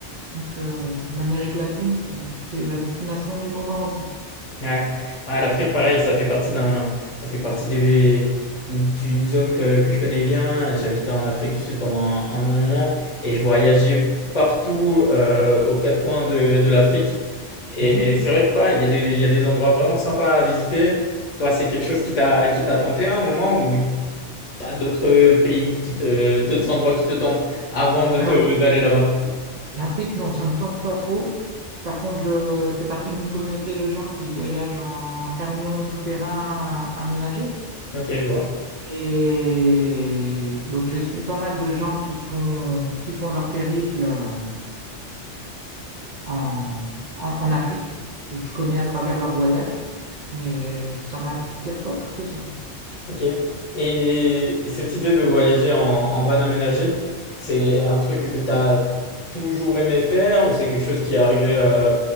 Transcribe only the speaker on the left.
Ouais. Ouais, l'Afrique, pareil, ça fait partie d'un, ça fait partie des, d'une zone que, que je connais bien. J'habitais en Afrique du Sud pendant un, un long moment et je voyageais partout euh, aux quatre coins de, de l'Afrique. Et
c'est vrai que pareil, il y a des, il y a des endroits vraiment sympas à visiter. Toi, c'est quelque chose qui t'a, qui t'a tenté à un moment ou t'as d'autres pays qui te, d'autres endroits qui te tentent avant de
te, d'aller là-bas?
Ok, je vois.
Ok. Et cette idée de voyager en, en van aménagé, c'est un truc que tu as toujours aimé faire ou c'est quelque chose qui est arrivé, euh,